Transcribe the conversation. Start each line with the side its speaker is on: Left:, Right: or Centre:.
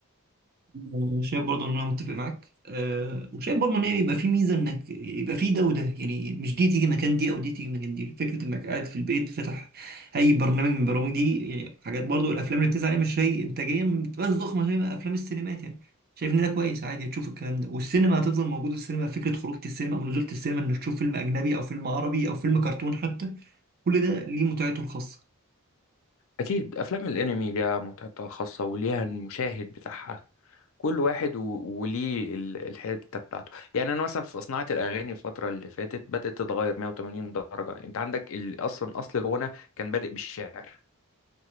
Right: آه، شايف برضه ان انا متفق معاك أه وشايف برضه ان هي يبقى في ميزه انك يبقى في ده وده يعني مش دي تيجي مكان دي او دي تيجي مكان دي فكره انك قاعد في البيت فاتح اي برنامج من البرامج دي يعني حاجات برضه الافلام اللي بتنزل عليها مش هي انتاجيا بتبقى ضخمه زي ما افلام السينمات يعني شايف ان ده كويس عادي تشوف الكلام ده والسينما هتفضل موجوده السينما فكره خروجه السينما او نزوله السينما انك تشوف فيلم اجنبي او فيلم عربي او فيلم كرتون حتى كل ده ليه متعته الخاصه
Left: اكيد افلام الانمي ليها متعتها الخاصه وليها المشاهد بتاعها كل واحد و... وليه ال- الحته بتاعته يعني انا مثلا في صناعه الاغاني الفتره اللي فاتت بدات تتغير 180 درجه انت عندك ال... اصلا اصل الغنى كان بادئ بالشعر